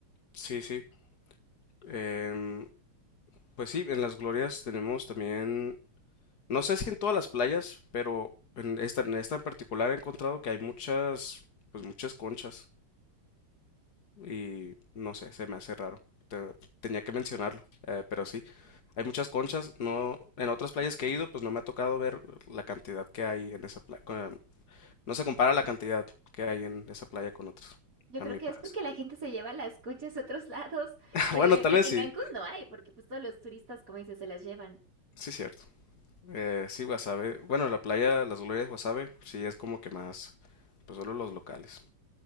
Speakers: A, on the left; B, on the right.
A: Sí, sí. Em, pues sí, en las glorias tenemos también No sé si en todas las playas, pero en esta, en esta en particular he encontrado que hay muchas, pues muchas conchas. Y no sé, se me hace raro. Te- tenía que mencionarlo, eh, pero sí. Hay muchas conchas, no, en otras playas que he ido, pues no me ha tocado ver la cantidad que hay en esa playa. No se compara la cantidad que hay en esa playa con otras,
B: Yo
A: a
B: creo
A: mi
B: que
A: parecer.
B: es porque la gente se lleva las conchas a otros lados.
A: <laughs>
B: Porque
A: Bueno, tal
B: en, en-
A: vez
B: en
A: sí,
B: Cancún no hay, porque pues todos los turistas, como dices, se las llevan.
A: sí cierto. Eh, sí, Guasave. Bueno, la playa Las Glorias Guasave, sí es como que más, pues solo los locales.